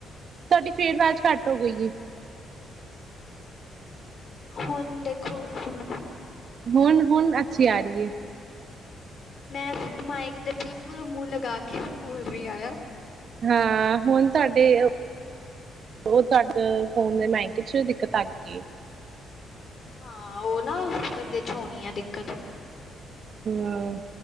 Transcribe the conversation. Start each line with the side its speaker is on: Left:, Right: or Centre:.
Right: ਤਾਡੀ ਫੇਰ ਵਾਜ਼ ਘੱਟ ਹੋ ਗਈ ਏ।
Left: ਹੁਣ ਦੇਖੋ ਹੁਣ
Right: ਹੁਨ-ਹੁਨ ਅੱਛੀ ਆ ਰਹੀ ਏ।
Left: ਮੈਂ ਫੇਰ ਮਾਇਕ ਦੇ ਬਿਲਕੁਲ ਮੂੰਹ ਲਗਾ ਕੇ ਵੀ ਬੋਲ ਰਹੀ ਆ ਨਾ
Right: ਹਾਂ, ਹੁਨ ਤੁਹਾਡੇ- ਉਹ ਤੁਹਾਡੇ ਫੋਨ ਦੇ ਮਾਇਕੇ ਚ ਦਿੱਕਤ ਆ ਗਈ
Left: ਹਾਂ, ਉਹ ਨਾ ਓਦੇ 'ਚ ਹੋਣੀ ਏ ਦਿੱਕਤ।
Right: ਹੂੰ।